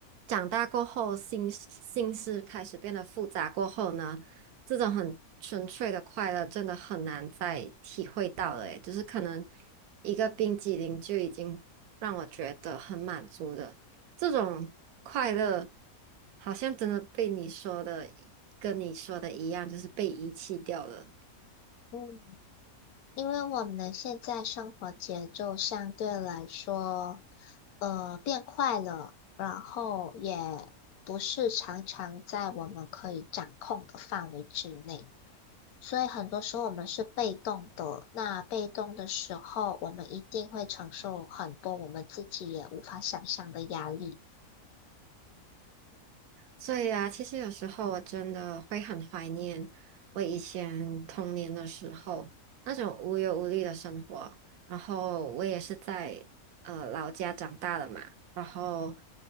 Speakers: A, on the right; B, on the left.
A: 长大过后，心心思开始变得复杂过后呢，这种很纯粹的快乐真的很难再体会到了，诶，就是可能一个冰激凌就已经让我觉得很满足的，这种快乐好像真的被你说的跟你说的一样，就是被遗弃掉了。
B: 嗯，因为我们现在生活节奏相对来说，呃，变快了，然后也不是常常在我们可以掌控的范围之内，所以很多时候我们是被动的。那被动的时候，我们一定会承受很多我们自己也无法想象的压力。
A: 所以啊，其实有时候我真的会很怀念我以前童年的时候那种无忧无虑的生活。然后我也是在呃老家长大的嘛，然后